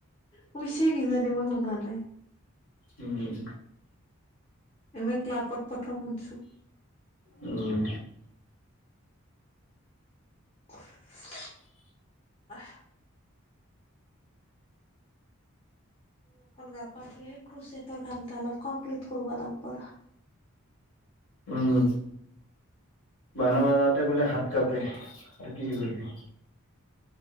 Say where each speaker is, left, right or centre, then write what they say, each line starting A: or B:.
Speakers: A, on the left; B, on the left.
A: কৈছে কিজানি মই শুনা নাই। নাই
B: উম'
A: এইবাৰ ক্লাবত প্ৰথম শুনিছোঁ।
B: উম
A: <unintelligible> ৱাহ, এখন গা পা ধুই ক্ৰুচটৰ কামটা অলপ কমপ্লিট কৰিব লাগিব
B: উম, বানৰ বজাৰতে বোলে হাত কাপোৰ আৰু কি কৰিবি।